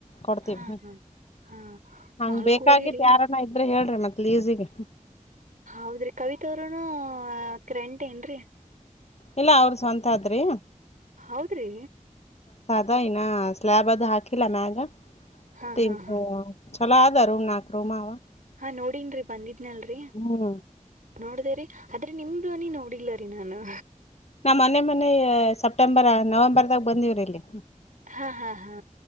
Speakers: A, on the left; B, on the right.
A: ಕೊಡ್ತೀವಿ
B: ಹಾ ಹಾ ಹಾ
A: ಹಂಗ
B: ನಾಲ್ಕೂವರೆ
A: ಬೇಕಾಗಿತ್ತು
B: ರೀ
A: ಯಾರನ ಇದ್ರೆ ಹೇಳ ಮತ್ತು ಲೀಸಿಗೆ
B: ಹೌದ್ರಿ ಕವಿತ ಅವ್ರೂನು ಕ್ರಂಟ ಏನ್ರೀ
A: ಇಲ್ಲ ಅವ್ರ ಸ್ವಂತ ಆದ್ರಿ
B: ಹೌದ್ರೀ
A: ದ ಇನ ಸ್ಲ್ಯಾಬ್ ಅದು ಹಾಕಿಲ್ಲ ಮ್ಯಾಗ
B: ಹಾ
A: ತಿ
B: ಹಾ ಹಾ
A: ಛಲಾದರೂ ಆದಾರರುಮ ನಾಕ ರೂಮವಾ
B: ಹಾ ನೋಡನ್ರಿ ಬಂದಿದ್ನಲ್ರರಿ
A: ಹ್ಮ್
B: ನೋಡ್ದೇರರಿ ಆದ್ರೆ ನಿಮ್ದನಿ ನೋಡಿಲ್ಲ ರೀ ನಾನು
A: ನಮ್ಮ್ ಮನೆ ಮನೆ ಸೆಪ್ಟೆಂಬರ್ ನವೆಂಬರ್ದಾಗ ಬಂದಿವ್ರ ಇಲ್ಲಿ
B: ಹಾ ಹಾ ಹಾ